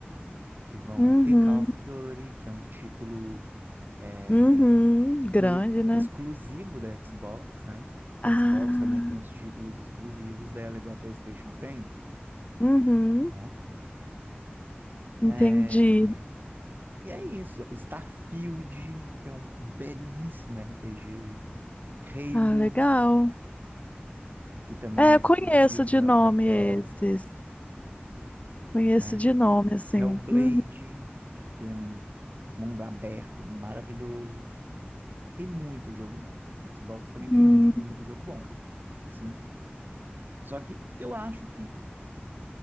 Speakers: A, on the right; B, on the left.
A: que vão.
B: Uhum,
A: Tem Call of Duty, que é um título é,
B: uhum, grande,
A: meio que
B: né?
A: exclusivo da Xbox, né?
B: Ah,
A: Xbox também tem uns títulos exclusivos dela, igual a PlayStation tem,
B: uhum,
A: né?
B: entendi.
A: É, E é isso. Starfield, que é um belíssimo RPG. Halo,
B: Ah, legal.
A: que também
B: É,
A: é
B: eu
A: exclusivo
B: conheço de
A: da,
B: nome
A: da Xbox,
B: esses. Conheço
A: né?
B: de nome, assim.
A: Hellblade,
B: Uhum.
A: que tem um mundo aberto maravilhoso. Tem muito jogo bom. O Xbox também
B: Hum,
A: tem muito, muito jogo bom. Assim, só que eu acho que